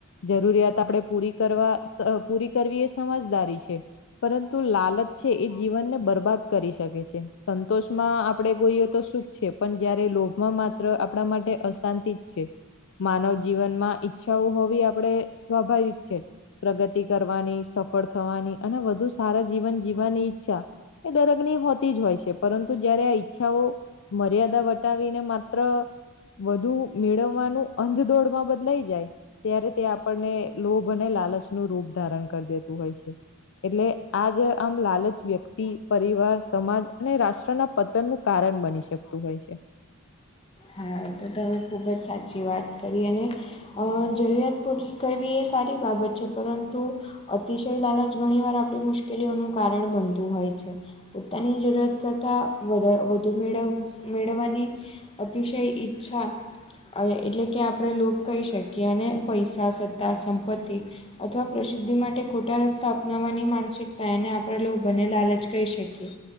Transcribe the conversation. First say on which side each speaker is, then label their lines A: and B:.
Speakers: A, on the left; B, on the left.
A: જરૂરિયાત આપણેે પૂરી કરવા પૂરી કરવી સમજદારી છે. પરંતુ લાલચ છે. એ જીવનને બરબાદ કરી શકે છે. સંતોષમાં આપણેે <unintelligible> તો શું છે, પણ જ્યારે લોભમાં માત્ર આપડા માટે અશાંતિ જ છે. માનવ જીવનમાં ઈચ્છાઓ હોવી આપડે સ્વાભાવિક છે. પ્રગતિ કરવાની સફળ થવાની અને વધુ સારા જીવન જીવવાની ઈચ્છા એ દરેકની હોતી જ હોય છે. પરંતુ જ્યારે આ ઈચ્છાઓ મર્યાદા વટાવીને માત્ર વધુ મેળવવાનું અંધ દોડમાં બદલાઈ જાય. ત્યારે તે આપણને લોભ અને લાલચનું રૂપ ધારણ કર દેતું હોય છે. એટલે આ જે આમ લાલચ વ્યક્તિ, પરિવાર, સમાજ અને રાષ્ટ્રના પતનનું કારણ બની શકતું હોય છે.
B: હા તો તમે ખુબ જ સાચી વાત કરી અને અ જરૂરિયાત પૂરી કરવી એ સારી બાબત છે. પરંતુ અતિશય લાલચ ઘણી વાર આપણી મુશ્કેલીઓનું કારણ બનતું હોય છે. પોતાની જરૂરિયાત કરતાં વધા વધુ મેળવ મેળવવાની અતિશય ઈચ્છા. એટલે કે આપણે લોભ કહી શકીએ. અને પૈસા સત્તા, સંપત્તિ અથવા પ્રસિદ્ધિ માટે ખોટા રસ્તા અપનાવવાની માનસિકતા એને આપણે લોભ અને લાલચ કહી શકીએ.